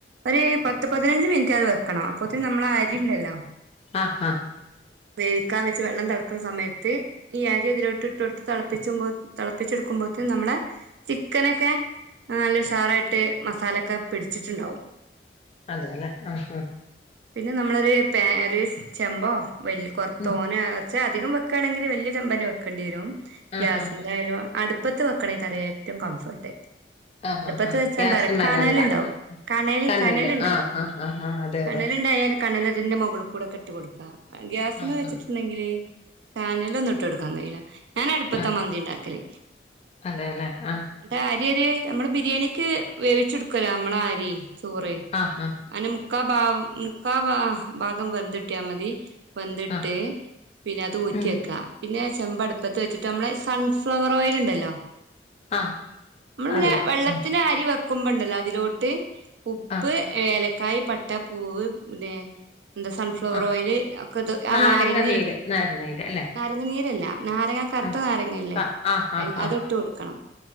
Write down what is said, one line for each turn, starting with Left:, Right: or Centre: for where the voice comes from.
Right: ഒരു പത്ത്‌ പത്ത് - പതിനഞ്ച് മിനിറ്റ് അത് വെക്കണം അപത്തെന് നമ്മള അരി ഉണ്ടല്ലോ-
Left: ആഹ് ആഹ്
Right: വേവിക്കാൻ വെച്ച് വെള്ളം തെളക്കുന്ന സമയത്ത്- ഈ അരി അതിലോട്ട് ഇട്ട് കൊടുത്തു തെളപ്പിച്ചോ തെളപ്പിച്ചെടുക്കുമ്പോത്തേ നമ്മടെ ചിക്കനെക്കെ- നല്ല ഉഷാറായിട്ട് മസാലൊക്കെ പിടിച്ചിട്ടുണ്ടാാവും
Left: അതെ അല്ലേ ആഹ് ആഹ്
Right: പിന്നെ നമ്മളൊരു പനോ ഒരു ചെമ്പോ വല കൊറ
Left: ഉം
Right: തോനെ - പക്ഷ അധികം വെക്കുവാണെങ്കിൽ വല്ലിയ ചെമ്പ് തന്നെ വെക്കേണ്ടി വരും
Left: ആഹ്
Right: ഗ്യാസ്മായയാലും-
Left: ആഹ്
Right: അടാപ്പത്ത് വെക്കണ ഈ കറിയേറ്റൊം കംഫൊർട്ട്
Left: ആഹ്
Right: ട്പ്പത്ത്
Left: ആഹ് ആഹ്
Right: വെച്ചാന്താറ്യൊ
Left: ഗ്യാസ്മലല്ല
Right: കണലിണ്ടാവും
Left: ആഹ്
Right: കണല്
Left: കനലില്
Right: കനലിണ്ടല്ലോ
Left: ആഹ് ആഹ് ആഹ് അതെ
Right: കണലിണ്ടായാൽ
Left: അതെ
Right: കണലതിന്റെ മൊകൾ കൂടെക്കെട്ട് കൊട്ക്ക ഗ്യാസ്മ്മെ
Left: ആഹ്
Right: വെച്ചിട്ട്
Left: ആഹ്
Right: ണെങ്കില് കാനലൊന്നു ഇട്ടൊട്ക്കാൻ കൈല ഞാനട്പ്പത്താ
Left: അതെ
Right: മന്തിണ്ടാക്കല്
Left: അതെല്ലേ ആഹ്
Right: ന്നെ ആര്യൊര് നംള് ബിരിയാണിക്ക് വേവിച്ചിട്ക്കൊല്ലോ നംളാരി ചോറ്
Left: ആഹ് അഹ്
Right: അനെ മുക്കാ ഭാ മുക്കാ ഭാ ഭാഗം വെന്തിട്ട്യാ മതി വെന്തിട്ട്
Left: ആഹ്
Right: പിന്നെ അത് ഊറ്റ്യെക്കാ
Left: ഉം
Right: പിന്നെ ചെമ്പട്പത്ത് വെച്ചിട്ട് നംളെ സൺഫ്ലവറോയിൽ ഇണ്ടല്ലോ
Left: ആഹ്
Right: മ്ള് പിന്നെ
Left: അറിയാം
Right: വെള്ളത്തിന്
Left: ഉം
Right: അരി വെക്കുമ്പണ്ടല്ലോ അതിലോട്ട് ഉപ്പ്
Left: ആഹ്
Right: ഏലക്കായി പട്ട പൂവ് പിന്നെ എന്താ സൺഫ് ഫ്ലവറോയില്
Left: ആഹ്
Right: ഒക്കെ ഇത് ആഹ്
Left: നാരങ്ങ
Right: നാരങ്ങി
Left: നീര് നാരനീര് അല്ലെ
Right: നാരങ്ങ നീരല്ല നാരങ്ങ കർത്ത
Left: ആഹ്
Right: നാരങ്ങെല്ലേ
Left: ആഹ് ആഹ്
Right: അ
Left: ആഹ്
Right: അത് ഇട്ട് കൊടുക്കണം